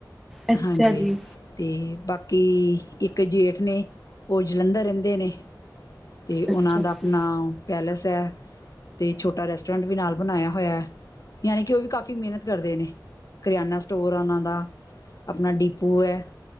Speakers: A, in the centre; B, on the left.
A: ਅੱਛਾ
B: ਹਾਂਜੀ।
A: ਜੀ
B: ਅਤੇ ਬਾਕੀ ਇੱਕ ਜੇਠ ਨੇ ਉਹ ਜਲੰਧਰ ਰਹਿੰਦੇ ਨੇ। ਤੇ ਉਹਨਾਂ
A: ਅੱਛਾ
B: ਦਾ ਆਪਣਾ
A: ਜੀ
B: ਪੈਲੇਸ ਹੈ, ਤੇ ਛੋਟਾ ਰੈਸਟੋਰੈਂਟ ਵੀ ਨਾਲ ਬਣਾਇਆ ਹੋਇਆ। ਯਾਨੀ ਕਿ ਉਹ ਵੀ ਕਾਫੀ ਮਿਹਨਤ ਕਰਦੇ ਨੇ ਕਰਿਆਨਾ ਸਟੋਰ ਆ ਉਹਨਾਂ ਦਾ ਆਪਣਾ ਡੀਪੂ ਹੈ